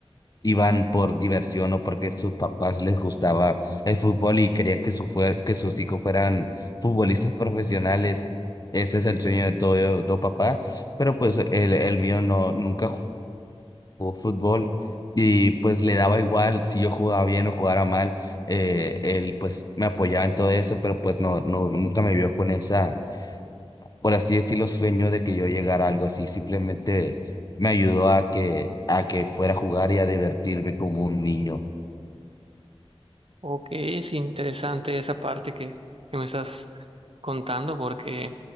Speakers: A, on the left (about 35°); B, on the right (about 65°).
A: iban por diversión o porque sus papás les gustaba el fútbol y querían que, su fuer- que sus hijos fueran futbolistas <laughs> profesionales. Ese es el sueño de todo, todo papá, pero pues el, el mío no, nunca jugó fútbol y pues le daba igual si yo jugaba bien o jugara mal, eh, él pues me apoyaba en todo eso, pero pues no, no, nunca me vio con esa, por así decirlo, sueño de que yo llegara a algo así, simplemente me ayudó a que, a que fuera a jugar y a divertirme como un niño.
B: Ok, es interesante esa parte que, que me estás contando porque